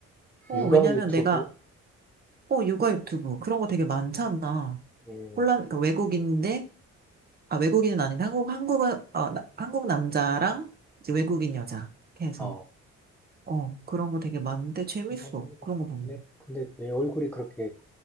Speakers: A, on the right; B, in the centre.
A: 어,
B: 육아
A: 왜냐면
B: 유튜브?
A: 내가, 어, 육아 유튜브 그런 거 되게 많잖아.
B: 음.
A: 폴란, 그러니까 외국인인데 아, 외국인은 아닌데 한국 한국 어, 나- 한국 남자랑 이제 외국인 여자 이렇게 해서
B: 어.
A: 어 그런 거 되게 많은데 재밌어
B: 거 한번 해볼까?
A: 그런 거 보면
B: 근데, 근데 내 얼굴이 그렇게